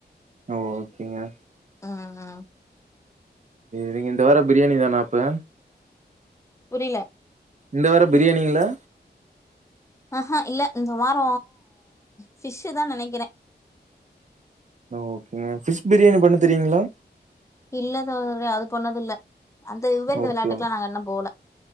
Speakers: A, on the right; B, on the left.
A: ஓகேங்க
B: ம் ம்
A: நீங்க இந்த வார பிரியாணி தானா அப்ப
B: புரில
A: இந்த வார பிரியாணிங்ளா
B: ஆஹ்ஹா இல்ல இந்த வார ஃபிஷ் தா நினைக்கிறே
A: ஓகேங்க ஃபிஷ் பிரியாணி பண்ண தெரியீங்ளா
B: இல்ல தோழரோ அது பண்ணது இல்ல அந்த விவ்வருத
A: ஓகே
B: விளையாட்டுக்கெல்லா
A: ஓ
B: நாங்க இன்னு போல